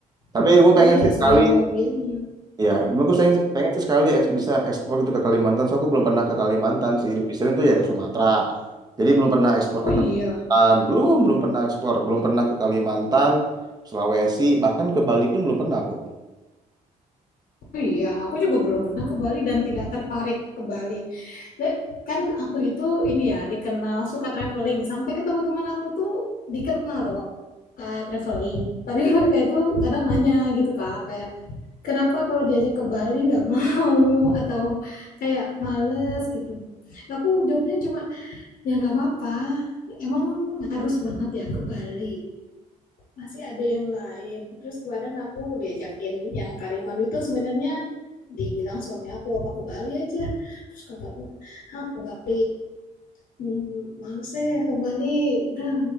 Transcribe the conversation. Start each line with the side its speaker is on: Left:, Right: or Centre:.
Right: Tapi gue pengen
Left: Iya,
Right: sih sekali
Left: sayang mobilnya.
Right: ya, cuma gue sayang- pengen sih sekali eks- bisa ekspor gitu ke Kalimantan. so aku belum pernah ke Kalimantan sih. Lebih sering tuh ya ke Sumatera. Jadi belum pernah ekspor
Left: Oh
Right: ke
Left: iya,
Right: Kalimantan. Belum, belum pernah ekspor, belum pernah ke Kalimantan, Sulawesi, bahkan ke Bali pun belum pernah aku.
Left: oh iya. Aku juga belum pernah ke Bali dan tidak tertarik ke Bali. Le- Kan aku itu ini ya dikenal suka traveling. Sampai ke teman-teman aku tuh dikenal tuh suka traveling. Tapi <laughs> mereka itu kadang nanya gitu Kak, kayak kenapa kalau diajak ke Bali nggak mau <laughs> atau kayak males gitu. Aku jawabnya cuma Ya nggak apa-apa. Emang harus banget ya ke Bali. Masih ada yang lain. Terus kemarin aku diajakin yang Karimun itu sebenarnya dibilang suami aku apa ke Bali aja. Terus kata aku, ah ke Bali. Hmm, males eh ke Bali. Udah